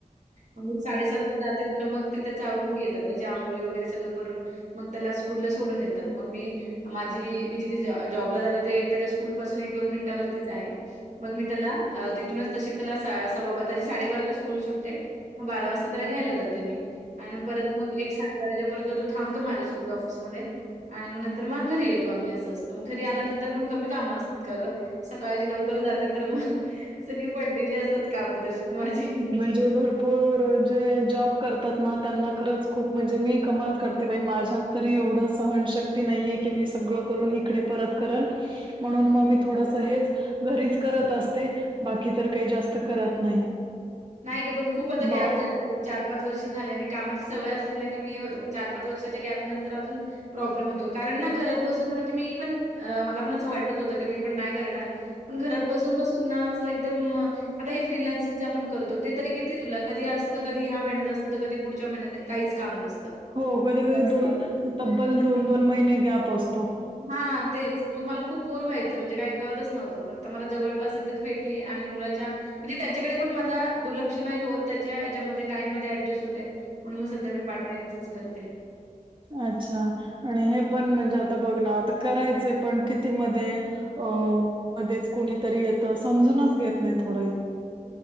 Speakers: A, on the right; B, on the right.
A: म साडेसातला जाते तर मग ते त्या वरून घेत त्याची आंघोळी वगैरे सगळं करून मग त्याला स्कूल ला सोडून येतात मग मी माझी मी जिथे जॉबला जाते ते त्याच्या स्कूल पासून एक दोन मिनिटावरतीच आहे. मग मी त्याला तिथूनच तशी त्याला सव्वा त्या साडेबाराला स्कूल सुटते. मग बारा वाजता त्याला घ्यायला जाते मी आणि मग परत मग एक सा <unintelligible> गरजापर्य तू थांबतो माझ्यासोबत ऑफिसमध्ये आणि मग नंतर मग घरी येतो आम्ही असं असतं मग घरी आल्यानंतर पण कमी कामं असतात का ग सकाळची लवकर जाते तर मग सगळी पडलेली असतात कामं तशीच माझी
B: जे भरपूर जे जॉब करतात ना त्यांना खरंच खूप म्हणजे मी कमाल करते बा माझ्यात तरी एवढं सहनशक्ती नाहीये की मी सगळं करून इकडे परत म्हणून मग मी थोडस हे घरीत अस बाकी तर काही जास्त करत नाही
A: नाही ग पण खूप आता
B: मग
A: गॅप झाला चार पाच वर्ष झाले आणि कामाची सवय असली ना का मी हे होतं मग चार पाच वर्षाच्या गॅप नंतर अजून प्रॉब्लेम होतो कारण ना घरात बसून म्हणजे मी पण मला पण असं वाटत होतं की मी पण नाही करणार पण घरात बसून बसून ना असं एकदम आता हे फीलन्सिंग आपण करतो ते तरी किती तुला कधी असतं कधी ह्या महिन्यात असतं तर कधी पुढच्या महिन्यात काहीच काम नसतं
B: हो कधी
A: असं
B: कधी
A: असतं.
B: दोन तब्बल दोन दोन महिने गॅप असतो
A: हा तेच मग मला खूप बोर व्हायचं म्हणजे काही कळतच नव्हतं पण मला जवळपास इथेच भेट आणि मुलाच्या म्हणजे त्याच्याकडे पण माझा दुर्लक्षणही होत त्याच्या याच्यामध्ये टाइम म ऍडजस्ट होते म्हणून मग सध्या मीार्ट टाइमच कर
B: अच्छा आणि हे
A: हं.
B: पण म्हणजे आता बघ ना आता करायचंय पण किती मध्ये अ मध्येच कुणीतरी येतं समजूनच घेत नाही थोडंही